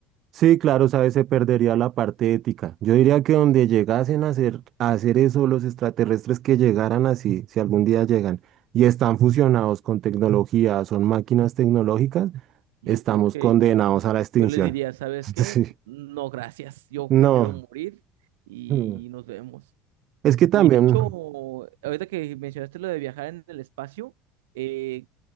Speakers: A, on the right; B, on the right.
A: Sí, claro, sabes, se perdería la parte ética. Yo diría que donde
B: Sí,
A: llegasen a hacer, a hacer eso los extraterrestres que llegaran así, si algún día llegan y están fusionados con tecnología, son máquinas tecnológicas,
B: yo
A: estamos
B: creo que
A: condenados a la extinción.
B: yo les diría, ¿sabes
A: <laughs>
B: qué?
A: Sí,
B: No, gracias. Yo
A: no.
B: prefiero morir y
A: mm.
B: nos vemos.
A: Es que también,
B: Y de hecho, ahorita que mencionaste lo de viajar en el espacio, eh,